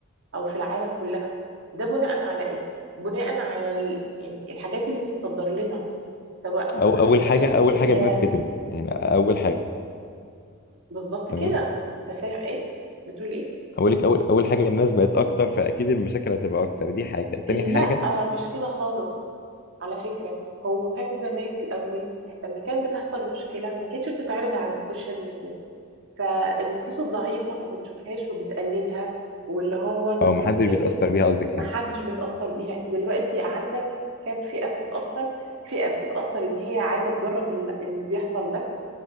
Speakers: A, on the right; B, on the left.
A: او في العالم كلها ده بناء على ايه بناء على ال- إن الحاجات اللي بتتصدر لنا سواء
B: او
A: من- عن
B: اول
A: السوشيال
B: حاجه اول
A: ميديا
B: حاجه الناس كترت يعني اول حاجه
A: بالظبط
B: تمام
A: كده انت فاهم ايه بتقول ايه
B: اولك اول اول حاجه الناس بقت اكتر فاكيد المشاكل هتبقى اكتر دي حاجه تاني
A: لا
B: حاجه
A: مش كده خالص على فكرة هو كان زمان الاول لما كانت بتحصل مشكلة ما كانتش بتتعرض على السوشيال ميديا فالنفوس الضعيفة ما بتشوفهاش وبتقلدها واللي هو ان
B: اه محدش
A: ممكن
B: بيتأثر بيها قصدك
A: محدش
B: يعني
A: بيتأثر بيها انت دلوقتي عندك كام فئة بتتأثر فئة بتتأثر ان هي عايزة تجرب ال- اللي بيحصل ده